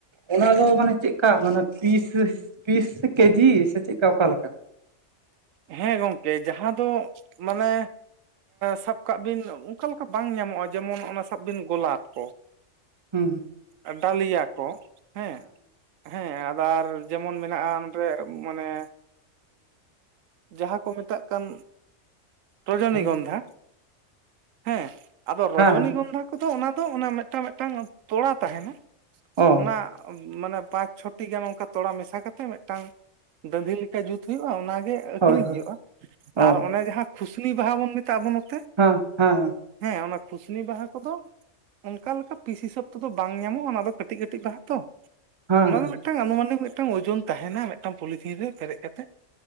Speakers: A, on the right; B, on the right.
A: ᱚᱱᱟ ᱫᱚ ᱢᱟᱱᱮ ᱪᱮᱜᱠᱟ ᱢᱟᱱᱮ ᱯᱤᱥ ᱤᱥ ᱯᱤᱥ ᱠᱮᱡᱤ ᱥᱮ ᱪᱮᱜ ᱥᱮ ᱚᱠᱟ ᱞᱮᱠᱟ?
B: ᱦᱮᱸ, ᱜᱚᱢᱠᱮ ᱡᱟᱦᱟᱸ ᱫᱚ ᱢᱟᱱᱮ ᱥᱟᱵ ᱠᱟᱜ ᱵᱤᱱ ᱚᱝᱠᱟ ᱞᱮᱠᱟ ᱵᱟᱝ ᱧᱟᱢᱚᱜᱼᱟ ᱡᱮᱢᱚᱱ ᱚᱱᱟ ᱥᱟᱵ ᱵᱤᱱ ᱜᱳᱞᱟᱯ ᱠᱚ,
A: ᱦᱩᱸ ᱦᱩᱸ,
B: ᱟᱰᱟᱹᱞᱤᱭᱟ ᱠᱚ ᱦᱮᱸ ᱦᱮᱸ ᱟᱫᱟᱨ, ᱡᱮᱢᱚᱱ ᱢᱮᱱᱟᱜᱼᱟ ᱱᱚᱸᱰᱮ ᱢᱟᱱᱮ, ᱡᱟᱦᱟᱸ ᱠᱚ ᱢᱮᱛᱟᱜ ᱠᱟᱱ, ᱨᱚᱡᱚᱱᱤ
A: ᱦᱮᱸ
B: ᱜᱚᱱᱫᱷᱟ, ᱦᱮᱸ ᱟᱫᱚ ᱨᱚᱡᱚᱱᱤ
A: ᱦᱮᱸ
B: ᱜᱚᱱᱫᱷᱟ ᱠᱚ ᱫᱚ ᱚᱱᱟ ᱫᱚ ᱚᱱᱟ ᱢᱤᱫᱴᱟᱝ ᱢᱤᱫᱴᱟᱝ ᱛᱚᱲᱟ ᱛᱟᱦᱮᱱᱟ ᱾
A: ᱚ
B: ᱚᱱᱟ ᱢᱟᱱᱮ ᱯᱟᱸᱪ ᱪᱷᱚᱴᱤ ᱜᱟᱱ ᱚᱝᱠᱟ ᱛᱚᱲᱟ ᱢᱮᱥᱟ ᱠᱟᱛᱮ ᱢᱤᱫ ᱴᱟᱝ ᱫᱟᱺᱫᱷᱤ ᱞᱮᱠᱟ ᱡᱩᱛ ᱦᱩᱭᱩᱜᱼᱟ ᱚᱱᱟ ᱜᱮ ᱟᱹᱠᱷᱨᱤᱧ
A: ᱦᱳᱭ ᱦᱳᱭ
B: ᱦᱩᱭᱩᱜᱼᱟ
A: ᱚ
B: ᱟᱨ ᱚᱱᱮ ᱡᱟᱦᱟᱸ ᱠᱷᱩᱥᱱᱤ ᱵᱟᱦᱟ ᱵᱚᱱ ᱢᱮᱛᱟᱜᱼᱟ ᱟᱵᱚ ᱱᱚᱛᱮ
A: ᱦᱮᱸ ᱦᱮᱸ ᱦᱮᱸ,
B: ᱦᱮᱸ, ᱚᱱᱟ ᱠᱷᱩᱥᱱᱤ ᱵᱟᱦᱟ ᱠᱚ ᱫᱚ ᱚᱝᱠᱟ ᱞᱮᱠᱟ ᱯᱤᱥ ᱦᱤᱥᱟᱹᱵᱽ ᱛᱮᱫᱚ ᱵᱟᱝ ᱧᱟᱢᱚᱜᱼᱟ ᱚᱱᱟ ᱫᱚ ᱠᱟᱹᱴᱤᱡ ᱠᱟᱹᱴᱤᱡ ᱵᱟᱦᱟ ᱛᱚ,
A: ᱦᱮᱸ
B: ᱚᱱᱟ
A: ᱦᱮᱸ
B: ᱫᱚ ᱢᱤᱫᱴᱟᱝ ᱟᱱᱩᱢᱟᱱᱤᱠ ᱢᱤᱫᱴᱟᱝ ᱳᱡᱚᱱ ᱛᱟᱦᱮᱱᱟ ᱢᱤᱫᱴᱟᱝ ᱯᱚᱞᱤᱛᱷᱤᱱ ᱨᱮ ᱯᱮᱨᱮᱡ ᱠᱟᱛᱮᱜ ᱾